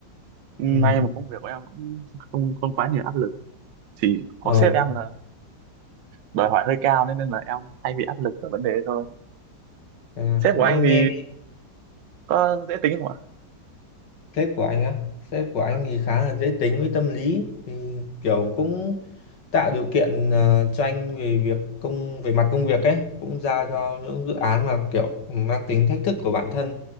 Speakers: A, on the right; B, on the left.
A: Ừ,
B: ừ
A: may mà công việc của em cũng không không quá nhiều áp lực chỉ có
B: ờ
A: sếp em là đòi hỏi hơi cao nên nên là em hay bị áp lực ở vấn đề đấy thôi
B: thế à.
A: sếp của
B: nghe
A: anh thì có dễ tính không ạ
B: sếp của anh á sếp của anh
A: Vâng,
B: thì khá là dễ tính với tâm lý thì kiểu cũng tạo điều kiện ờ, cho anh về việc công về mặt công việc ấy cũng giao cho
A: vâng,
B: những dự án mà kiểu mang tính thách thức của bản thân